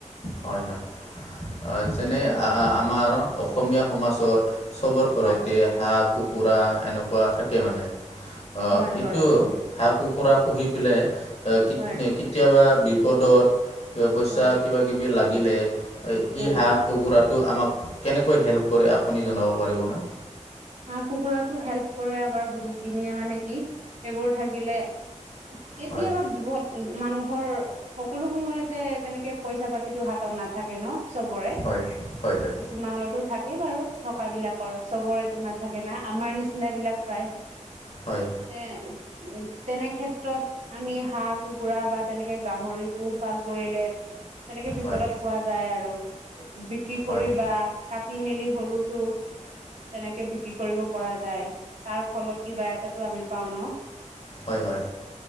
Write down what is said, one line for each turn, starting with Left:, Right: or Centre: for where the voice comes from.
Left: হয়-হয় যেনে
Right: তিনিমাহ
Left: আমাৰ অসমীয়া সমাজত চবৰ ঘৰতে
Right: হয়
Left: হাঁহ, কুকুৰা এনেকুৱা থাকে মানে। অ'
Right: হয়
Left: এইটো
Right: হয়
Left: হাঁহ-কুকুৰা পুহি পেলাই এ
Right: হয়
Left: কেতিয়াবা বিপদত কিবা পইচা
Right: হয়
Left: কিবা কিবি লাগিলে
Right: হয়
Left: ই হাঁহ, কুকুৰাত। টো আমাক কেনেকৈ হেল্প কৰে আুনি জনাব পাৰিবনে?
Right: হাঁহ কুকুৰাতো হেল্প কৰে আমাৰ বহুতখিনিয়ে মানে কি এইবোৰ থাকিলে। কেতিয়াবা
Left: হয়
Right: দিব উ, মানুহৰ সকলো সময়তে তেনেকে পইচা পাতিতো হাতত নাথাকে ন। চবৰে
Left: হয় হয় হয়
Right: কিছুমানৰটো থাকেই বাৰু থকা বিলাকৰ চবৰে। টো নাথাকে না আমাৰ নিচিনা বিলাক প্ৰায়
Left: হয়
Right: এ, উ, তেনে কেত্ৰত আমি হাঁহ কুকুৰা বা তেনেকে গাহৰি পোহপাল কৰিলে। তেনেকে বিপদত
Left: হয়
Right: পোৱা যায় আৰু বিক্ৰী কৰি
Left: হয়
Right: বা কাটি মেলি হলেওতো তেনেকে বিক্ৰী কৰিব পৰা যায়। তাৰ ফলত কিবা এটা আমি পাও ন।
Left: হয়-হয়